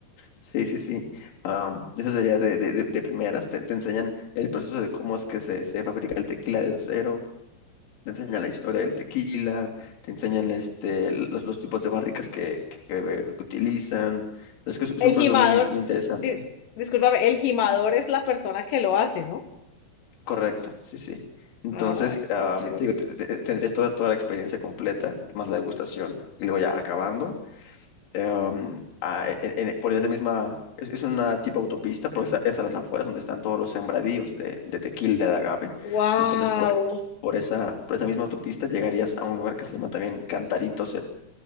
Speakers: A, on the left; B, on the left.
A: Sí, sí, sí. Am, eso sería de, de- de- de primeras. Te, te enseñan el proceso de cómo es que se, se fabrica el tequila desde cero. Te enseñan la historia del tequila. Te enseñan este, los, los tipos de barricas que, que- que eh, utilizan. Es que es, es
B: El
A: un proceso
B: gimador,
A: muy, muy interesante.
B: di- discúlpame, el gimador es la persona que lo hace, ¿no?
A: Correcto, sí, sí. Entonces,
B: Ay,
A: am,
B: qué chévere.
A: te digo, te- te- te- tendrías toda, toda la experiencia completa, más la degustación. Y luego ya acabando. em, a- en- en- por esa misma, es, es una tipo autopista, por esa, es a las afueras donde están todos los sembradíos de, de tequila, de agave.
B: Wow.
A: Entonces, por, por esa, por esa misma autopista llegarías a un lugar que se llama también Cantaritos